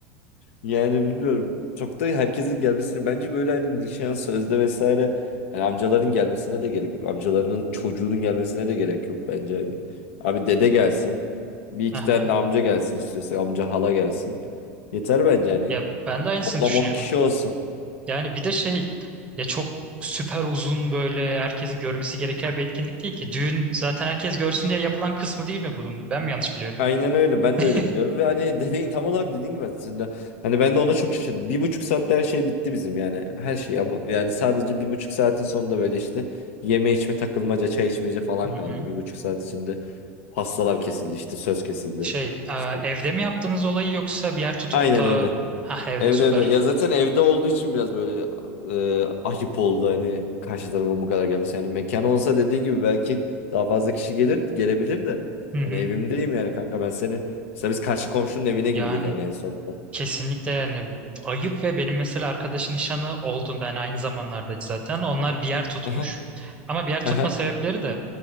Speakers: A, on the left; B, on the right.
A: Yani bilmiyorum. Çok da herkesin gelmesini bence böyle hani nişan sözde vesaire hani amcaların gelmesine de gerek yok. Amcalarının çocuğunun gelmesine de gerek yok bence hani. Abi dede gelsin. Bir iki
B: <laughs> Aha.
A: tane de amca gelsin istiyorsa amca hala gelsin. Yeter bence hani.
B: Ya ben de aynısını
A: Toplam
B: düşünüyorum.
A: 10 kişi olsun.
B: Yani bir de şey ya çok süper uzun böyle herkesin görmesi gereken bir etkinlik değil ki. Düğün zaten herkes görsün diye yapılan kısmı değil mi bunun? Ben mi yanlış biliyorum?
A: Aynen öyle. Ben de
B: <laughs>
A: öyle biliyorum. Ve hani <laughs> dediğin tam olarak dediğin gibi aslında. Hani ben de ona çok şaşırdım. Bir buçuk saatte her şey bitti bizim yani. Her şey ama yani sadece bir buçuk saatin sonunda böyle işte yeme içme takılmaca çay içmece falan
B: Hı
A: kaldı.
B: hı.
A: Bir buçuk saat içinde pastalar kesildi işte söz kesildi.
B: Şey, e,
A: İşte
B: evde mi yaptınız olayı yoksa bir yer tutup
A: aynen
B: da
A: evde.
B: ha evde
A: Evde
B: süper.
A: evde. Ya zaten evde olduğu için biraz böyle e, ayıp oldu hani karşı tarafa bu kadar gelmesi. Yani mekan olsa dediğin gibi belki daha fazla kişi gelir gelebilir de.
B: Hı hı.
A: Hani evimdeyim yani kanka ben seni. Mesela biz karşı komşunun evine
B: Yani
A: girdik hani en sonunda.
B: Kesinlikle yani ayıp ve benim mesela arkadaşın nişanı olduğunda yani aynı zamanlarda zaten onlar bir yer tutmuş.
A: Aha,
B: Ama bir yer tutma
A: aha,
B: sebepleri de